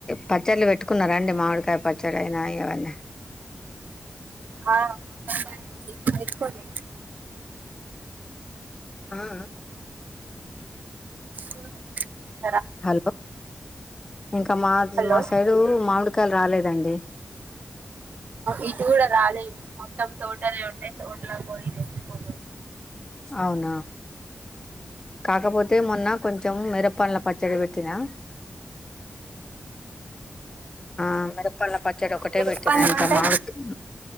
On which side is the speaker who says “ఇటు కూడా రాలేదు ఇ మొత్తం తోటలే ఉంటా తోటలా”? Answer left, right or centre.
Right